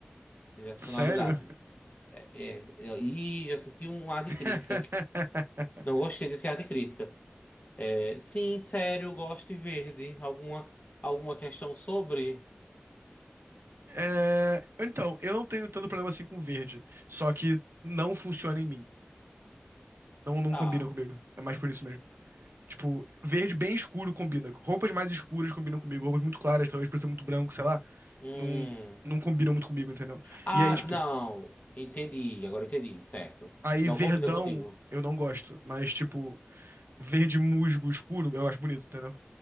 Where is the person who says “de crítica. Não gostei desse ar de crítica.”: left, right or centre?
Left